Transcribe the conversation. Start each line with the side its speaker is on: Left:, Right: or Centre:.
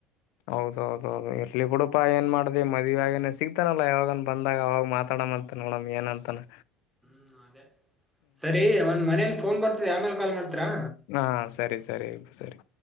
Left: ಹೌದೌದೌದು ಇರ್ಲಿ ಬಿಡುಪಾ ಏನ್ ಮಾಡ್ದ ಮದುವೆ ಆಗನ ಸಿಗ್ತಾನಲ್ಲಾ ಯಾವಾಗನ್ ಬಂದಾಗ ಅವಾಗ ಮಾತಾಡಮ ಮತ್ತ ನೋಡಮ ಏನ್ ಅಂತಾನ
Centre: ಹ್ಮ ಅದೇ ಸರಿ ಒಂದ್ ಮನೇಲಿ ಫೋನ್ ಬರ್ತದ ಆಮೇಲೆ ಮೇಲೆ ಕಾಲ್ ಮಾಡ್ತೀರಾ
Left: ಹಾ ಸರಿ ಸರಿ ಆ ಸರಿ